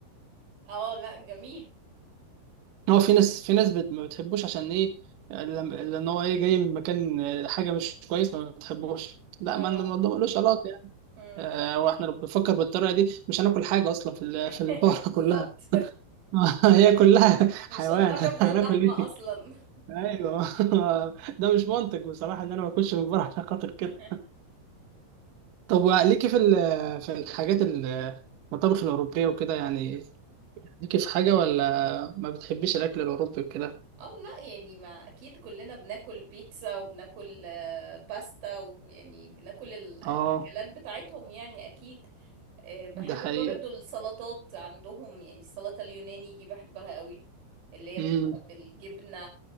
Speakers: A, on the right; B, on the right.
A: اه لا جميل
B: هو في ناس في ناس بت... ما بتحبوش عشان ايه لم- لان هو ايه جاي من مكان آه، حاجه مش كويسه ما بتحبوش لا
A: اه
B: ما الموضوع ملوش علاقه يعني
A: مم.
B: آه، واحنا لو بنفكر بالطريقه دي مش هناكل حاجه اصلا في ال-
A: <laughs>
B: في البقره
A: بالظبط
B: <laughs> كلها <laughs> هي كلها
A: مش
B: حيوان
A: هنقرب
B: <laughs>
A: للحمة
B: هناكل ايه؟
A: اصلا
B: ايوه <laughs> ده مش منطق بصراحه ان انا ما اكلش من بره عشان خاطر كده
A: <laughs>
B: طب وليكي في ال- في الحاجات ال- المطابخ الاوروبيه وكده يعني ليكي في حاجه ولا ما بتحبيش الاكل الاوروبي وكده
A: اه لا يعني ما اكيد كلنا بناكل بيتزا وبناكل آه، باستا ويعني بناكل ال- الاكلات
B: اه
A: بتاعتهم يعني اكيد آه، بحب
B: ده حقيقه
A: برضو السلطات عندهم يعني السلطة اليوناني دي بحبها قوي اللي هي بتبقى
B: امم
A: بالجبنة